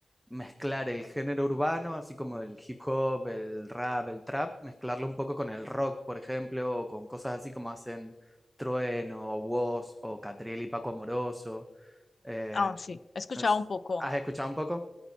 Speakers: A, in the centre; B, on the left (about 50°).
A: mezclar el género urbano, así como el hip hop, el rap, el trap, mezclarlo un poco con el rock, por ejemplo, o con cosas así como hacen Trueno o Wos o Catriel y Paco Amoroso. Eh,
B: Ah, sí, he escuchado
A: no sé,
B: un poco.
A: ¿has escuchado un poco?